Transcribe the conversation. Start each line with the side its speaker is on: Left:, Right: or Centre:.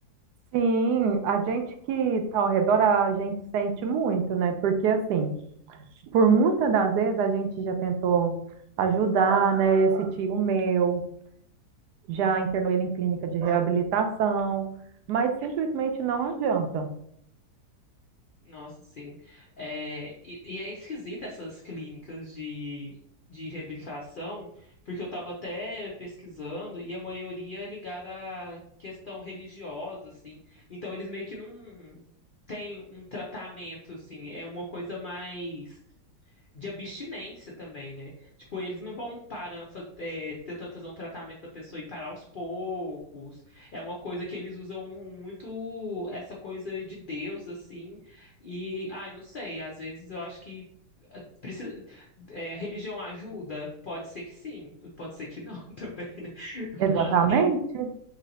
Right: Sim, a gente que está ao redor, a gente sente muito, né? Porque, assim, por muitas das vezes a gente já tentou ajudar, né? Esse tio meu, já internou ele em clínica de reabilitação, mas simplesmente não adianta.
Left: Nossa, sim. É, e, e é esquisita essas clínicas de, de reabilitação, porque eu estava até pesquisando e a maioria é ligada à questão religiosa, assim. Então eles meio que não têm um tratamento, assim. É uma coisa mais de abstinência também, né? Tipo, eles não vão parar, fa- é, tentando fazer um tratamento da pessoa e parar aos poucos. É uma coisa que eles usam muito essa coisa de Deus, assim. E, ai, não sei, às vezes eu acho que eh, precisa, é, religião ajuda? Pode ser que sim, pode ser que não <laughs> também, né?
Right: Exatamente.
Left: Mas,